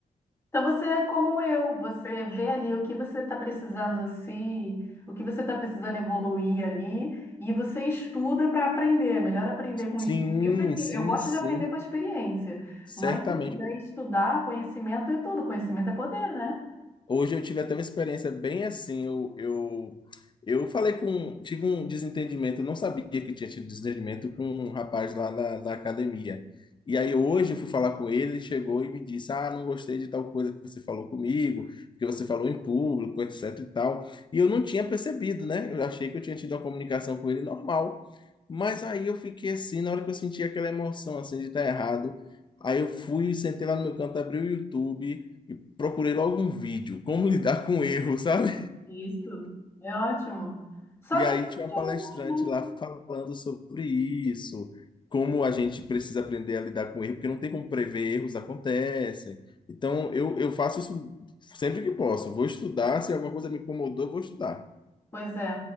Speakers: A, on the left (about 20°); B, on the left (about 35°).
A: Então você é como eu, você vê ali o que você está precisando se, o que você está precisando evoluir ali e você estuda para aprender. É melhor aprender com
B: Sim,
A: estudo. Eu prefiro,
B: sim,
A: eu gosto
B: sim,
A: de aprender com a experiência,
B: certamente.
A: mas se eu puder estudar, conhecimento é tudo, conhecimento é poder, né?
B: Hoje eu tive até uma experiência bem assim. Eu, eu, eu falei com. Tive um desentendimento, eu não sabia que tinha tido desentendimento com um rapaz lá da, da academia. E aí hoje eu fui falar com ele, ele chegou e me disse: Ah, não gostei de tal coisa que você falou comigo, porque você falou em público, etc e tal. E eu não tinha percebido, né? Eu achei que eu tinha tido uma comunicação com ele normal. Mas aí eu fiquei assim, na hora que eu senti aquela emoção assim de estar errado. Aí eu fui, sentei lá no meu canto, abri o YouTube e procurei logo um vídeo, como lidar com erro, sabe?
A: Isso, é ótimo. Só
B: E
A: assim
B: aí
A: que a
B: tinha
A: gente
B: uma palestrante
A: evolui,
B: lá
A: né?
B: falando sobre isso, como a gente precisa aprender a lidar com erro, porque não tem como prever, erros acontecem. Então eu, eu faço isso sempre que posso. Eu Vou estudar, se alguma coisa me incomodou, eu vou estudar.
A: Pois é.